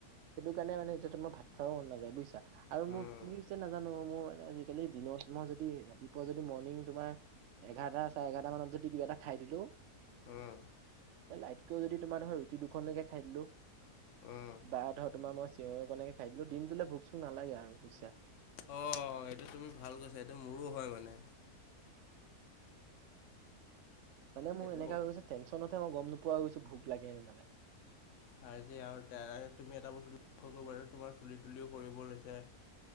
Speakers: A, on the right; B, on the left.
A: সেইটো কাৰণে মানে এতিয়া তোমাৰ ভাত খাব মন নাযায় বুইছা। আৰু
B: উম
A: মোৰ কি হৈছে নাজানো মোৰ মানে আজি- কালি দিনত মই যদি ৰাতিপুৱা যদি মৰ্ণিং তোমাৰ এঘাৰটা, চাৰে এঘাৰটা মানত- যদি কিবা এটা খাই দিলোঁ,
B: উম
A: লাইটকেও যদি তোমাৰ ধৰ ৰুটি দুখনলৈকে খাই দিলোঁ-
B: উম
A: বা ধৰ তোমাৰ মই চিঞঙকণকে খাই দিলো দিনটোলে ভোক-চোক নালাগে আৰু বুজিছা।
B: অ', এইটো তুমি ভাল কৈছা এইটো মোৰো হয় মানে।
A: মানে
B: সেইটো
A: মোৰ এনেকা হৈ গৈছে টেনশ্যনতহে মই গম নোপোৱা গৈছো ভোক লাগে নে নেলাগে।
B: হয় দিয়া, আৰু দাৰাৰ তুমি এটা বস্তু লক্ষ্য কৰিবা তোমাৰ চুলি-তুলিও সৰিব লৈছে।